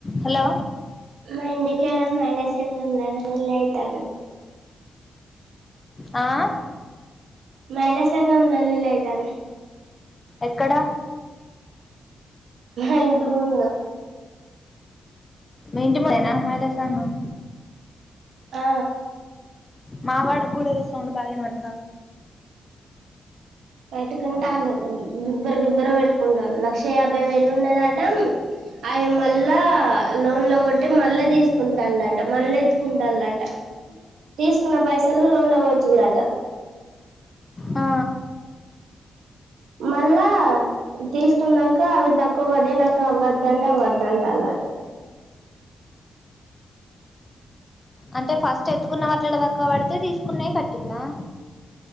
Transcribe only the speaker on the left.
హలో
ఆ
ఎక్కడ
ఇంటి ముందే నా మహిళా సంఘం
మా వాడ కూడా సౌండ్ బాగా వినపడుతుంది ఆగు
ఆ
అంటే ఫస్ట్ ఎత్తుకున్న మట్ల దకువ పడితే తీసుకునే కట్టిల్లా